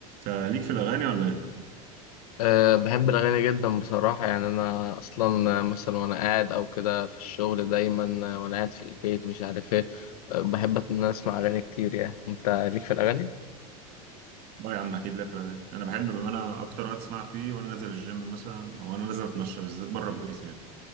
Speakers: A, on the right; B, on the left.
A: انت ليك في الاغاني ولا ايه؟
B: أه بحب الأغاني جدا بصراحة يعني أنا أصلا مثلا وأنا قاعد أو كده في الشغل دايما آه، وأنا قاعد في البيت مش عارف إيه أه بحب إن أنا أسمع أغاني كتير يعني أنت ليك في الأغاني؟
A: اه يا عم اكيد ليا في الاغاني انا بحب بما انا اكتر وقت اسمع فيه وانا نازل الجيم مثلا او انا نازل اتمشى بالذات بره البيت يعني